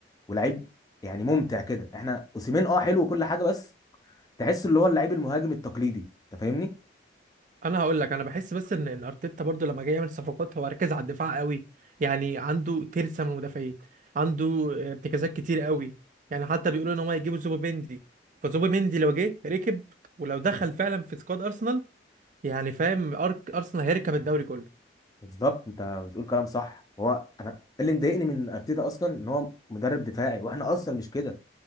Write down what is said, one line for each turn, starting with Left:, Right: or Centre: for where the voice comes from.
Left: ولعيب يعني ممتع كده احنا اوسيمين اه حلو وكل حاجه بس تحس اللي هو اللعيب المهاجم التقليدي انت فاهمني
Right: انا هقول لك انا بحس بس ان ان ارتيتا برضو لما جاي يعمل صفقات هو ركز على الدفاع قوي يعني عنده ترسه من المدافعين عنده ارتكازات كتير قوي يعني حتى بيقولوا ان هم هيجيبوا زوبيمندي فزوبيمندي لو جه ركب ولو دخل فعلا في سكواد ارسنال يعني فاهم أرك ارسنال هيركب الدوري كله
Left: بالظبط انت بتقول كلام صح هو انا اللي مضايقني من ارتيتا اصلا ان هو مدرب دفاعي واحنا ارسنال مش كده